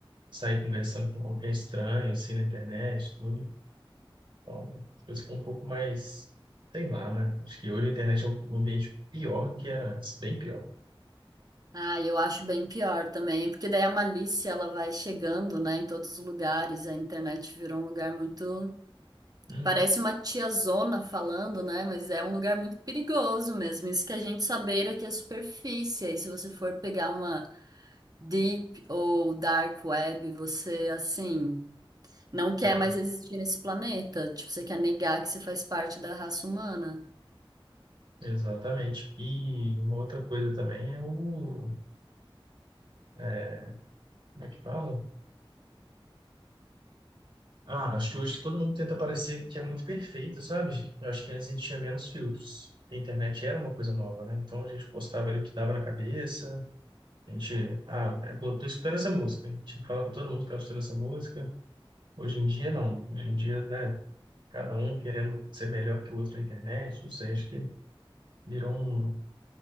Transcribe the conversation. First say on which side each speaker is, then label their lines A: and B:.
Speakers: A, on the right; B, on the right.
A: sair conversando com qualquer estranho, assim, na internet, tudo. Então, as coisas ficam um pouco mais, sei lá, né? Acho que hoje a internet é um um ambiente pior do que era antes, bem pior.
B: Ah, eu acho bem pior também, porque daí a malícia ela vai chegando, né, em todos os lugares. A internet virou um lugar muito,
A: Hum.
B: parece uma tiazona falando, né, mas é um lugar muito perigoso mesmo. Isso que a gente sabeira que é superfície. Aí se você for pegar uma deep ou dark web, você assim não quer
A: É,
B: mais existir nesse planeta. Tipo, você quer negar que você faz parte da raça humana.
A: exatamente. E uma outra coisa também é o. é, como é que fala? Ah, acho que hoje todo mundo tenta parecer que é muito perfeito, sabe? Eu acho que antes a gente tinha menos filtros. A internet era uma coisa nova, né? Então a gente postava ali o que dava na cabeça. A gente, ah, é, pô, tô escutando essa música. A gente tinha que falar para todo mundo que tava escutando essa música. Hoje em dia, não. Hoje em dia, né? Cada um querendo ser melhor que o outro na internet. Não sei, acho que virou um.